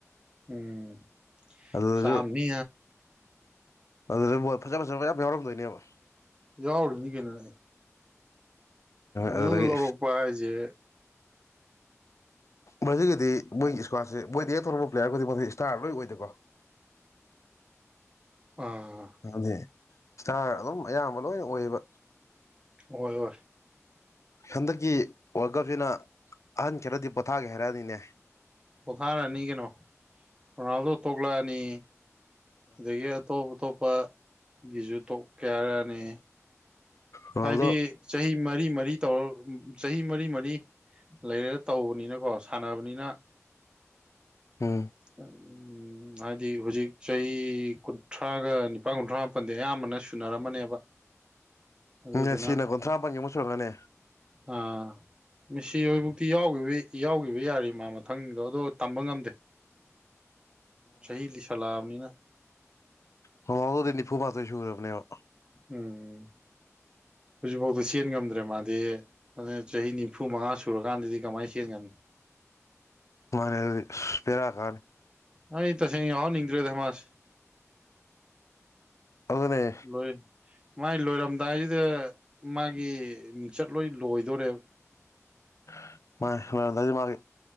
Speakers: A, on the right; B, on the left.
A: ꯎꯝ
B: ꯑꯗꯨꯗꯁꯨ
A: ꯆꯥꯝꯅꯤ
B: ꯑꯗꯨꯗꯖꯨ ꯕꯣꯜ ꯐꯖ ꯐꯖꯕ ꯃꯌꯥꯝ ꯌꯥꯎꯔꯝꯗꯣꯏꯅꯦꯕ
A: ꯌꯥꯎꯔꯤꯃꯤ ꯀꯩꯅꯣꯅꯦ ꯑꯦ ꯐꯅꯤꯜꯒ
B: ꯑꯗꯨꯗꯒꯤ
A: ꯂꯧꯔꯛꯄ ꯍꯥꯏꯁꯦ
B: ꯕꯔꯥꯖꯤꯜ ꯒꯤꯗꯤ ꯃꯣꯏꯒꯤ ꯏꯁꯀ꯭ꯋꯥꯠꯁꯦ ꯃꯣꯏꯗ ꯍꯦꯛ ꯇꯧꯔꯛꯄ ꯄ꯭ꯂꯦꯌꯔ ꯈꯨꯗꯤꯪꯃꯀꯁꯦ ꯏꯁꯇꯥꯔ ꯂꯣꯏ ꯑꯣꯏꯗꯀꯣ
A: ꯑꯥ
B: ꯑꯅꯦ ꯏꯁꯇꯥꯔ ꯑꯗꯨꯝ ꯑꯌꯥꯝꯕ ꯂꯣꯏꯅ ꯑꯣꯏꯌꯦꯕ
A: ꯍꯣꯏ ꯍꯣꯏ
B: ꯍꯟꯗꯛꯀꯤ ꯋꯥꯔꯜ ꯀꯞꯁꯤꯅ ꯑꯍꯟ ꯈꯔꯗꯤ ꯄꯣꯊꯥꯒꯦ ꯍꯥꯏꯔꯛꯑꯅꯤꯅꯦ
A: ꯄꯣꯊꯥꯔꯅꯤ ꯀꯩꯅꯣ ꯔꯣꯅꯥꯜꯗꯣ ꯇꯣꯂꯛꯑꯅꯤ ꯑꯗꯒꯤ ꯑꯇꯣꯞ ꯑꯇꯣꯞꯄ ꯒꯤꯁꯨ ꯇꯣꯛ ꯀꯌꯥꯔꯅꯤ
B: ꯔꯣꯅꯥꯜꯗꯣ
A: ꯍꯥꯏꯗꯤ ꯆꯍꯤ ꯃꯔꯤ ꯃꯔꯤ ꯇꯧꯔ ꯆꯍꯤ ꯃꯔꯤ ꯃꯔꯤ ꯂꯩꯔꯒ ꯇꯧꯕꯅꯤꯅꯀꯣ ꯁꯥꯟꯅꯕꯅꯤꯅ
B: ꯎꯝ
A: ꯎ ꯎ ꯎꯝ ꯍꯥꯏꯗꯤ ꯍꯧꯖꯤꯛ ꯆꯍꯤ ꯀꯨꯟꯊ꯭ꯔꯥꯒ ꯅꯤꯄꯜ ꯀꯨꯟꯊ꯭ꯔꯥ ꯃꯥꯄꯟꯗꯤ ꯑꯌꯥꯝꯕꯅ ꯁꯨꯅꯔꯝꯃꯅꯦꯕ ꯑꯗꯨꯗꯨꯅ
B: ꯃꯁꯤꯟ ꯀꯨꯟꯊ꯭ꯔꯥ ꯃꯥꯄꯒꯤ ꯑꯃꯨꯛ ꯁꯨꯔꯛꯀꯅꯦ
A: ꯑꯥ ꯃꯤꯁꯤ ꯍꯣꯏꯐꯧꯇꯤ ꯌꯥꯎꯈꯤꯕ ꯌꯥꯎꯈꯤꯕ ꯌꯥꯔꯤ ꯃꯥ ꯃꯊꯪꯗꯣ ꯑꯗꯣ ꯇꯝꯕ ꯉꯝꯗꯦ ꯆꯍꯤ ꯂꯤꯁꯜꯂꯛꯑꯕꯅꯤꯅ
B: ꯒꯤ ꯑꯗꯨꯗꯤ ꯅꯤꯐꯨ ꯃꯥꯇ ꯁꯍꯔꯅꯦꯕ
A: ꯎꯝ ꯍꯧꯖꯤꯛꯐꯥꯎꯗ ꯆꯦꯟ ꯉꯝꯗ꯭ꯔꯦ ꯃꯥꯗꯤ ꯑꯗꯨꯅꯦ ꯆꯍꯤ ꯅꯤꯐꯨ ꯃꯉꯥ ꯁꯨꯔꯀꯥꯟꯗꯗꯤ ꯀꯃꯥꯏꯅ ꯆꯟ ꯉꯟꯅꯏ
B: ꯃꯥꯅꯦ ꯑꯗꯨꯗꯤ ꯑꯁ ꯕꯦꯔꯥ ꯀꯥꯔ
A: ꯑꯩ ꯇꯁꯦꯡ ꯌꯧ ꯍꯟ ꯅꯤꯡꯗ꯭ꯔꯦꯗꯃꯁ
B: ꯑꯗꯨꯅꯦ
A: ꯂꯣꯏ ꯃꯥꯏ ꯂꯣꯏꯔꯝꯗꯥꯏꯁꯤꯗ ꯃꯥꯒꯤ ꯃꯤꯡꯆꯠ ꯂꯣꯏ ꯂꯣꯏꯗꯣꯔꯦꯕ ꯎ
B: <unintelligible> ꯃꯥꯏ ꯂꯧꯔꯃꯗꯥꯏ ꯃꯒꯤ